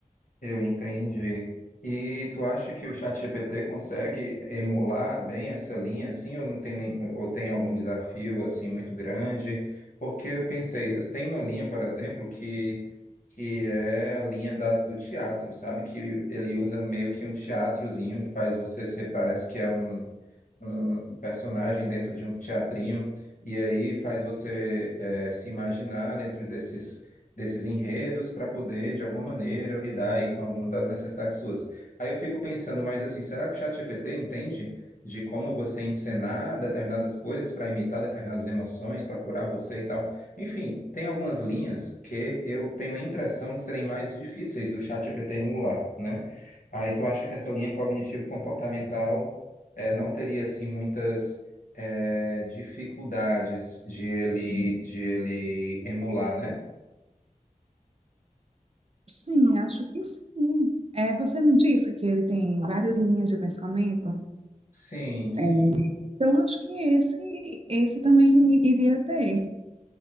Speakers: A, on the left; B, on the right.
A: eu entendi. E tu acha que o ChatGPT consegue emular bem essa linha, assim, ou não tem nem, ou tem algum desafio assim muito grande? Porque eu pensei, eu tenho uma linha, por exemplo, que que é a linha da, do teatro, sabe? Que ele usa meio que um teatrozinho, faz você ser, parece que é um um personagem dentro de um teatrinho, e aí faz você eh, se imaginar dentro desses, desses enredos para poder, de alguma maneira, lidar aí com alguma das necessidades suas. Aí eu fico pensando, mas assim, será que o ChatGPT entende de como você encenar determinadas coisas para imitar determinadas emoções, para curar você e tal? Enfim, tem algumas linhas que eu tenho a impressão de serem mais difíceis do ChatGPT emular, né? Aí tu acha que essa linha cognitivo-comportamental é, não teria assim muitas é, dificuldades de ele de ele emular, né?
B: Sim, acho que sim. É, você não disse que ele tem várias linhas de pensamento?
A: Sim, sim.
B: É. Então, acho que esse, esse também iria ter.